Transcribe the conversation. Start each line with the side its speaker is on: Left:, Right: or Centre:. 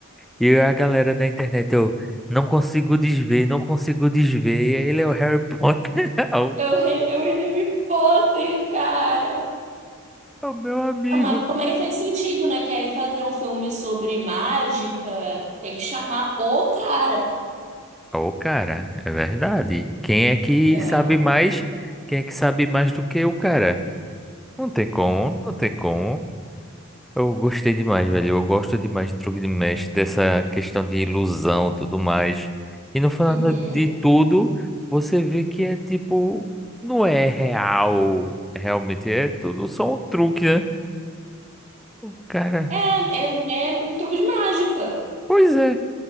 Centre: e a galera da internet, eu não consigo desver, não consigo desver. Ele é o Harry Potter. <laughs> o
Right: É o Harry, é o Harry Potter, cara.
Centre: É o meu amigo.
Right: Mas também faz sentido, né? Querem fazer um filme sobre mágica, tem que chamar o cara.
Centre: Ô, cara, é verdade. Quem é que
Right: É,
Centre: sabe
Right: ora.
Centre: mais? Quem é que sabe mais do que o cara? Não tem como, não tem como. Eu gostei demais, velho. Eu gosto demais de truque de mestre, dessa questão de ilusão, tudo mais. E no final
Right: Uhum.
Centre: de tudo, você vê que é tipo, não é real, realmente é tudo só um truque, né? O cara,
Right: É, é, é um truque de mágica.
Centre: pois é.